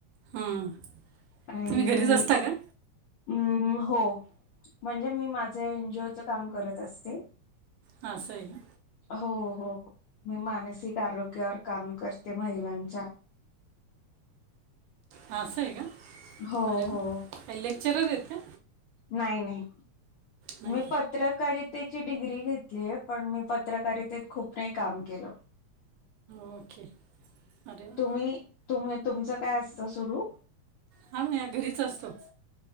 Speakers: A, on the right; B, on the left.
A: हां.
B: आणि
A: तुम्ही घरीच
B: मी,
A: असता
B: रेडी
A: का
B: हो. म्हणजे मी माझं एनजॉयेच काम करत असते.
A: हां, असं हाय ना.
B: हो हो, मी मानसिक आरोग्यावर काम करते महिलांच्या
A: असं आहे का?
B: हो
A: अरे वा!
B: हो
A: काय लेक्चरर हायेत का?
B: नाही, नाही.
A: नाही
B: मी पत्रकारित त्येची डिग्री घेतलीय, पण मी पत्रकारितेत खूप नाही काम केलं.
A: ओके. अरे. वा
B: मी तुमी तुमचं काय असतं सुरू?
A: हां, म्या घरीच असतो.